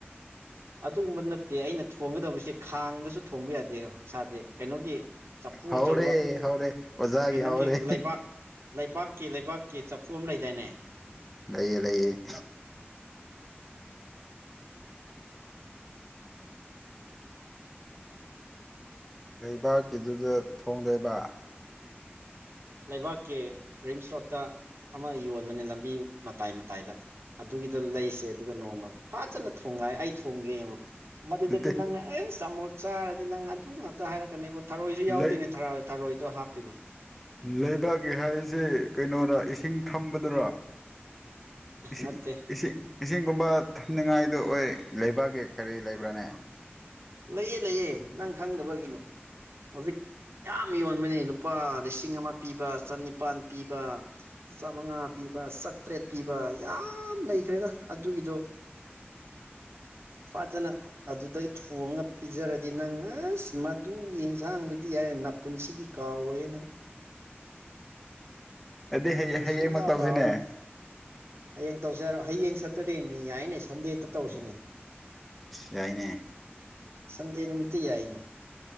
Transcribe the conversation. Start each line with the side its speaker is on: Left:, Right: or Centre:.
Right: ꯑꯗꯨꯒꯨꯝꯕ ꯅꯠꯇꯦ ꯑꯩꯅ ꯊꯣꯡꯒꯗꯕꯁꯦ ꯈꯥꯡꯗꯁꯨ ꯊꯣꯡꯕ ꯌꯥꯗꯦ ꯍꯁꯥꯗꯤ ꯀꯩꯅꯣꯒꯤ ꯆꯐꯨ
Centre: ꯍꯧꯔꯦ
Right: ꯑꯆꯧꯕ
Centre: ꯍꯧꯔꯦ ꯑꯣꯖꯥꯒꯤ
Right: ꯀꯩꯅꯣꯒꯤ
Centre: ꯍꯧꯔꯦ
Right: ꯂꯩꯕꯥꯛ ꯂꯩꯄꯥꯛꯥꯛꯀꯤ ꯂꯩꯕꯥꯛꯀꯤ ꯆꯐꯨ ꯑꯃ ꯂꯩꯗꯥꯏꯅꯦ
Centre: ꯂꯩꯌꯦ ꯂꯩꯌꯦ ꯂꯩꯕꯥꯛꯀꯤꯗꯨꯗ ꯊꯣꯡ ꯂꯩꯕ
Right: ꯂꯩꯕꯥꯛꯀꯤ ꯔꯤꯝꯁ ꯔꯣꯠꯇ ꯑꯃ ꯌꯣꯟꯕꯅꯤ ꯂꯝꯕꯤ ꯃꯇꯥꯏ ꯃꯇꯥꯏꯗ ꯑꯗꯨꯒꯤꯗ ꯂꯩꯁꯦ ꯑꯗꯨꯒ ꯅꯣꯡꯃ ꯐꯖꯅ ꯊꯣꯡꯉꯥꯏ ꯑꯩ ꯊꯣꯡꯒꯦ ꯌꯦꯡꯉꯣ ꯃꯗꯨꯗꯗꯤ
Centre: ꯅꯠꯇꯦ
Right: ꯅꯪꯅ ꯑꯦ ꯆꯥꯃꯣꯠ ꯆꯥꯔꯗꯤ ꯅꯪ ꯑꯗꯨ ꯉꯥꯛꯇ ꯍꯥꯏꯔꯛꯀꯅꯦꯕ ꯊꯔꯣꯏꯁꯨ ꯌꯥꯎꯗꯣꯏꯅꯦ
Centre: ꯂꯩ
Right: ꯊꯔꯣꯏꯗꯣ ꯍꯥꯞꯇꯣꯏꯅꯦ
Centre: ꯂꯩꯕꯥꯛꯀꯤ ꯍꯥꯏꯁꯦ ꯀꯩꯅꯣꯔ ꯏꯁꯤꯡ ꯊꯝꯕꯗꯨꯔꯥ ꯏꯦ
Right: ꯅꯠꯇꯦ
Centre: ꯏꯁꯤꯦ ꯏꯁꯤꯡꯒꯨꯝꯕ ꯊꯝꯅꯤꯡꯉꯥꯏꯗ ꯑꯣꯏ ꯂꯩꯕꯥꯛꯀꯤ ꯀꯔꯤ ꯂꯩꯕ꯭ꯔꯥꯅꯦ
Right: ꯂꯩꯑ ꯂꯩꯌꯦ ꯅꯪ ꯈꯪꯗꯕꯒꯤꯅꯤ ꯍꯧꯖꯤꯛ ꯌꯥꯝ ꯌꯣꯟꯕꯅꯤ ꯂꯨꯄꯥ ꯂꯤꯁꯤꯡ ꯑꯃ ꯄꯤꯕ ꯆꯅꯤꯄꯥꯟ ꯄꯤꯕ ꯆꯃꯉꯥ ꯄꯤꯕ ꯁꯇ꯭ꯔꯦꯠ ꯄꯤꯕ ꯌꯥꯝ ꯂꯩꯈ꯭ꯔꯦꯗ ꯑꯗꯨꯒꯤꯗꯣ ꯐꯖꯅ ꯑꯗꯨꯗꯩ ꯊꯨꯑꯉ ꯄꯤꯖꯔꯗꯤ ꯅꯪ ꯑꯁ ꯃꯗꯨꯒꯤ ꯌꯦꯟꯁꯥꯡꯗꯨꯗꯤ ꯌꯥꯏꯞ ꯄꯨꯟꯁꯤꯒꯤ ꯀꯥꯎꯔꯣꯏ ꯍꯥꯏꯅ
Centre: ꯑꯗꯨꯗꯤ ꯍꯌꯦꯡ
Right: ꯁꯨꯡꯀꯥꯎ
Centre: ꯍꯌꯦꯡꯃꯛ ꯇꯧꯁꯤꯅꯦ
Right: ꯀꯥꯎꯔꯣꯏ ꯍꯌꯦꯡ ꯇꯧꯁꯦ ꯍꯥꯏꯔꯣ ꯍꯌꯦꯡ ꯁꯇꯔꯗꯦꯅꯤ ꯌꯥꯏꯅꯦ ꯁꯟꯗꯦꯇ
Centre: ꯎꯝ
Right: ꯇꯧꯔꯁꯤꯅꯦ
Centre: ꯑꯁ ꯌꯥꯏꯅꯦ
Right: ꯁꯟꯗꯦ ꯅꯨꯃꯤꯠꯇ ꯌꯥꯏꯅꯤ